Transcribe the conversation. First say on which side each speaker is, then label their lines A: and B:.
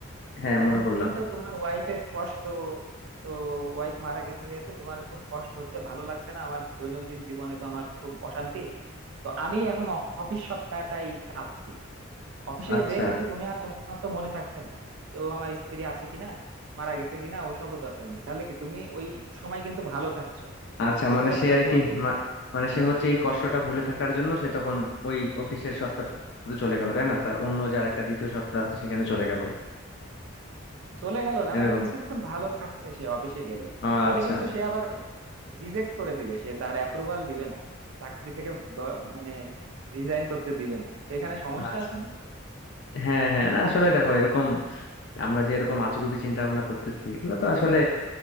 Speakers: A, on the left; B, on the right.
A: হ্যাঁ
B: এখন
A: মনে করলাম
B: তুমি তো তোমার ওয়াইফের কষ্ট তো ওয়াইফ মারা গেছে যেহেতু তোমার খুব কষ্ট হচ্ছে ভালো লাগছে না আমার দৈনন্দিন জীবনে তো আমার খুব অশান্তি তো আমি এখন অ- অফিস সপ্তাহটাই চাচ্ছি অফিসে
A: আচ্ছা
B: যে কিন্তু তুমি আর তোমার তো মনে থাকছে না তো আমার স্ত্রী আছে কিনা মারা গেছে কিনা ওসবও দরকার নেই তাহলে কি তুমি ওই সময় কিন্তু ভালো থাকছো
A: আচ্ছা
B: বুঝতে
A: মানে
B: পারছো
A: সে
B: ওই
A: আর
B: সময়টুকু
A: কি মা- মানে সে হচ্ছে এই কষ্টটা ভুলে থাকার জন্য সে তখন ওই অফিসের সত্তাটা তো চলে গেল তাই না তার অন্য যে আরেকটা দ্বিতীয় সত্তা আছে সেখানে চলে গেল
B: চলে গেল না
A: এরকম
B: মানে কিছুক্ষণ ভালো থাকছে সে অফিসে গেলে
A: আহ,
B: তাহলে
A: আচ্ছা
B: কিন্তু সে আবার রিজেক্ট করে দিবে সে তার অ্যাপ্রুভাল দিবে না চাকরি থেকে দ- মানে রিজাইন করতে দিবে না তো এখানে সমস্যা
A: আচ্ছা
B: আছে না
A: হ্যাঁ হ্যাঁ না আসলে দেখো এরকম আমরা যে এরকম আজগুবি চিন্তা ভাবনা করতেছি এগুলো তো আসলে